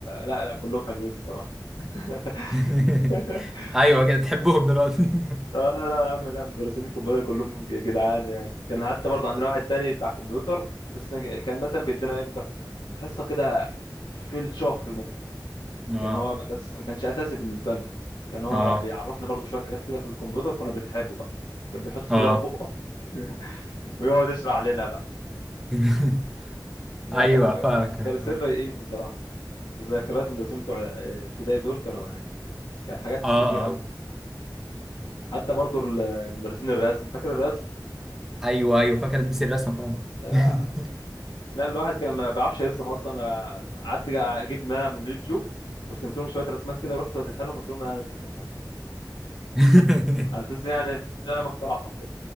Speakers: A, on the left; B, in the centre.
A: لا لا كلهم حلوين بصراحه <laughs>
B: <laughs> ايوه كده تحبهم دلوقتي <laughs>
A: اه لا لا يا عم لا مدرسين الكمبيوتر كلهم جدعان يعني كان حتى برضه عندنا واحد تاني بتاع كمبيوتر بس كان مثلا بيدينا امتى حصه كده في الشهر مثلا
B: اه
A: كان هو من بس ما كانش اساسي بالنسبه لنا كان هو
B: اه
A: بيعرفنا برضه شويه حاجات كده في الكمبيوتر كنا بنحبه بقى كان بيحط السيجاره
B: اه
A: في بقه <laughs> ويقعد يشرح لنا بقى
B: <laughs>
A: يا
B: ايوه
A: كان
B: فاكر
A: مدرسين
B: فاكر
A: رايقين بصراحه ذكريات المدرسين بتوع آه، ابتدائي دول كانوا يعني كان حاجات
B: اه
A: كتير قوي
B: اه
A: حتى برضو ال- مدرسين الرسم فاكر الرسم
B: ايوه ايوه فاكر نسي الرسمه طبعا
A: آه،
B: <laughs>
A: لا الواحد كان ما بيعرفش يرسم اصلا آه، قعدت جا- اجيب ما من اليوتيوب ورسمت لهم شويه رسمات كده ورحت وديتها لهم قلت لهم انا اللي رسمهم دول
B: <laughs>
A: على اساس يعني إن انا مخترعهم كده